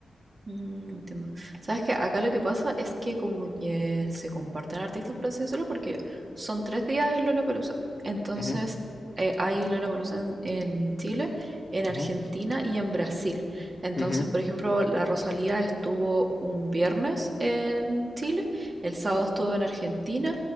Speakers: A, on the right; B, on the left.
A: Mm, entiendo. ¿Sabes que Acá lo que pasa es que como que se comparten artistas, por así decirlo, porque son tres días en Lollapalooza. Entonces,
B: Ujú,
A: eh, hay Lollapalooza en, en Chile, en Argentina
B: ujú,
A: y en Brasil. Entonces,
B: ujú.
A: por ejemplo, la Rosalía estuvo un viernes en Chile, el sábado estuvo en Argentina